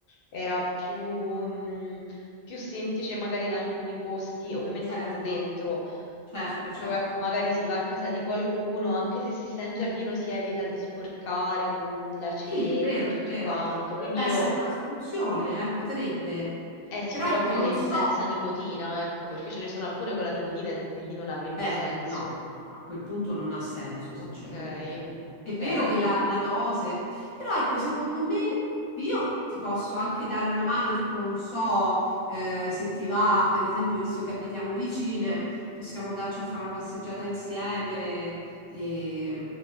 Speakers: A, on the left (about 65°); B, on the left (about 30°).
A: era più, mm, più semplice magari in alcuni posti, ovviamente
B: Certo,
A: non dentro,
B: certo, certo.
A: però ecco, magari si va a casa di qualcuno, anche se si sta in giardino si evita di sporcare con la cenere
B: Sì, è vero,
A: e tutto
B: è vero.
A: quanto,
B: Potrebbe
A: quindi io,
B: essere una soluzione, eh, potrebbe.
A: eh sì,
B: Però
A: però
B: ecco,
A: quelle
B: non so.
A: senza nicotina, ecco, perché ce ne sono alcune con la nicotina e e lì non avrebbe
B: Beh,
A: senso.
B: no, a quel punto non ha senso, sinceramente.
A: Ok, ok,
B: È vero
A: allora.
B: che la, la dose, però ecco, secondo me io ti posso anche dare una mano, tipo, non so, eh, se ti va, per esempio, visto che abitiamo vicine, possiamo andarci a fare una passeggiata insieme. e-